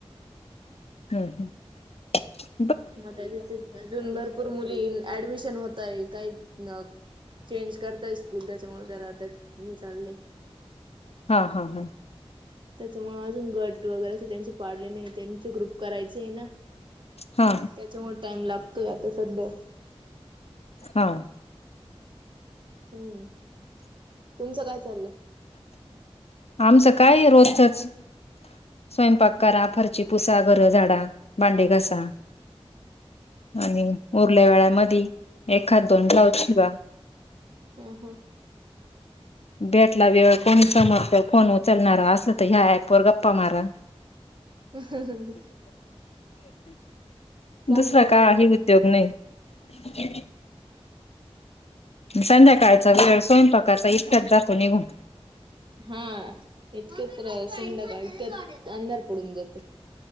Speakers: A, on the left; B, on the right.
A: हम्मं हमं
B: मंग त्यांच्या अजूंन भरंपूर मुली ऍडमिशन होतं आहे कांहीं मंग चेंज करतायं स्कूंल त्यांच्यामुळे त्यां जरा आतां हे चाललें
A: हां हां हां
B: त्यांच्यामुळे अजूंन गंट वगैरें त्यांचे पाडले नाहीं त्यांनी त्यांचे ग्रुप करायचे आहे नां
A: हा
B: त्यांच्यामुळे टाईम लागतोयं आतां संध्या
A: हां
B: हम्मं तुमचं कायं चाललं
A: आमचं कायं रोजचंच स्वयंपाक कारां फरची पुसां घरं झाडां भांडे घासां आणि उरल्यां वेळां मध्ये एखादं दोन ब्लाऊज शिवां
B: हं हं
A: भेटला वेळं कोणी समोर फोन उचलणांरा असं तरं ह्यां ऍप वरं गप्पां मारां
B: <unintelligible> <inaudible> <unintelligible> हं हं चांगली
A: दुसरां
B: गोष्ट
A: कांहीं
B: आहे
A: उद्योगं नाहीं संध्याकांळचां वेळं स्वयंपाकाचां इतक्यांच जातो निघूनं
B: हां इतकत्र सिंधकां इतकं अंधार पडूंन जाते